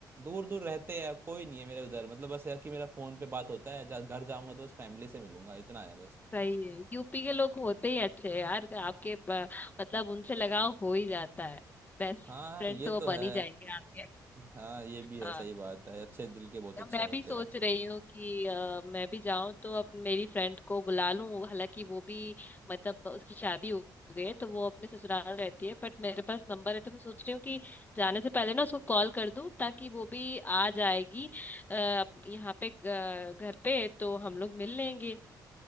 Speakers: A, on the right; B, on the left.
A: दूर दूर रहते हैं कोई नहीं है मेरे उधर मतलब बस है कि मेरा फोन पे बात होता है जा, घर जाऊंगा तो बस फैमिली से मिलूंगा इतना है बस
B: सही है यूपी के लोग होते ही अच्छे हैं यार आपके ब- मतलब उनसे लगाव हो ही जाता है बेस्ट
A: हाँ
B: फ्रेंड
A: ये
B: तो वो
A: तो
B: बन
A: है
B: ही जाएंगे आपके
A: हाँ ये भी
B: हाँ
A: है सही बात है अच्छे दिल के बहुत अच्छे
B: अब मैं
A: होते
B: भी सोच
A: हैं
B: रही हूँ कि अ, मैं भी जाऊं तो अब मेरी फ्रेंड को बुला लूं हालांकि वो भी मतलब उसकी शादी हो गई है तो वो अपने ससुराल रहती है बट मेरे पास नंबर है तो मैं सोच रही हूँ कि जाने से पहले ना उसको कॉल कर दूं ताकि वो भी आ जाएगी अ, यहाँ पे अ, घर पे तो हम लोग मिल लेंगे